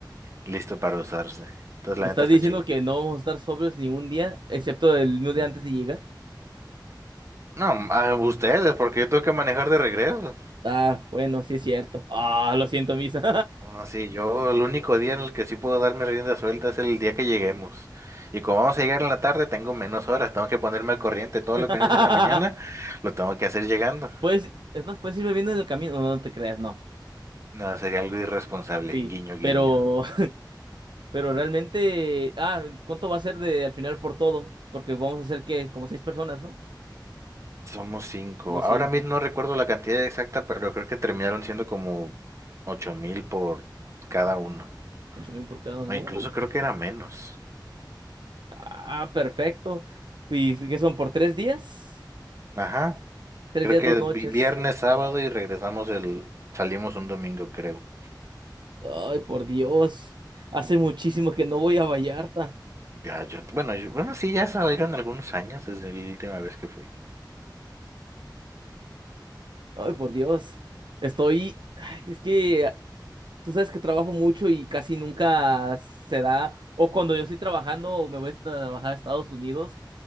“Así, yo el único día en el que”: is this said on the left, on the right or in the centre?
Right